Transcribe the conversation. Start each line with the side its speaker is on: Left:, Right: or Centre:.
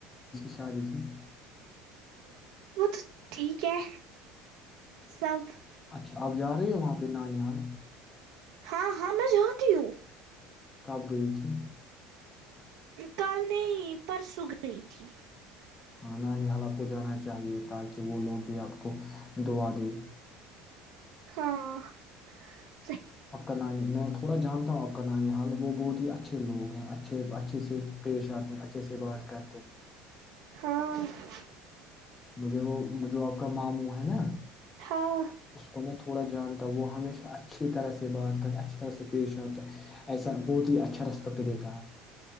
Left: شا ج تھی <unintelligible>
Right: وہ تو ٹھیک ہے سب
Left: اچھا آپ جا رہے ہیں وہاں پہ ن جان
Right: ہاں ہاں میں جاتتی ہوں
Left: کب گئی تھی
Right: کل نہیں پر سوکھ گئی تھی
Left: ہاں نانی حال آپ کو جانا چاہیے تاکہ وہ لوگ بھی آپ کو دعا دے
Right: ہاں <inaudible>
Left: آپ کا نام ہے میں تھوڑا جانتا ہوں آپ کا نانی حال وہ بہت ہی اچھے لوگ ہیں اچھے اچھے سے پیش آتے ہیں اچھے سے بات کر
Right: ہاں <inaudible>
Left: مجھے وہ جو آپ کا ماموں ہے نا
Right: ہاں
Left: اس کو میں تھوڑا جانتا ہوں وہ ہمیشہ اچھی طرح سے بات کر اچھی طرح سے پیش آتا ایسا بہت ہی اچھا ریسپیکٹ دیتا ہے